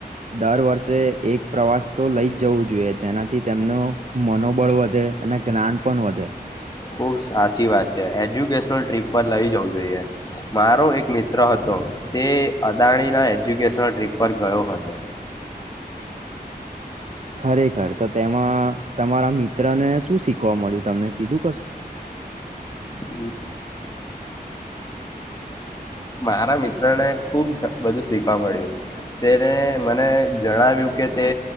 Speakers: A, on the right; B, on the left.
A: દર વર્ષે એક પ્રવાસ તો લઈજ જવું જોઈએ, તેનાથી તેમનું મનોબળ વધે અને જ્ઞાન પણ વધે.
B: ખુબ સાચી વાત છે, એજ્યુકેશનલ ટ્રીપ પર લઈ જવું જોઈએ. મારો એક મિત્ર હતો તે અદાણી ના એજ્યુકેશનલ ટ્રીપ પર ગયો હતો.
A: ખરેખર! તો તેમાં તમારા મિત્રને શું શીખવા મળ્યું તમને કીધું કશું?
B: <inaudible> મારા મિત્ર ને ખૂબ બધું શીખવા મળ્યું. તેણે મને જણાવ્યું કે તે